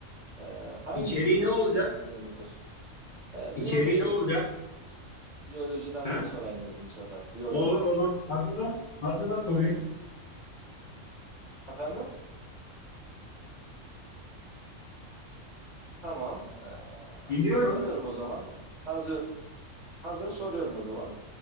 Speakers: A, on the right; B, on the left.
A: E, hangisi
B: İçeriği
A: tek
B: ne olacak?
A: hücreli bir canlıdır? E,
B: İçeriği
A: biyoloji.
B: ne olacak?
A: Biyolojiden
B: Ha?
A: sorayım dedim bu sefer. Biyoloji.
B: Olur olur. Hazırla, hazırla sorayım.
A: Efendim? Tamam. e,
B: Dinliyorum.
A: soruyorum o zaman. Hazır, Hazır soruyorum o zaman.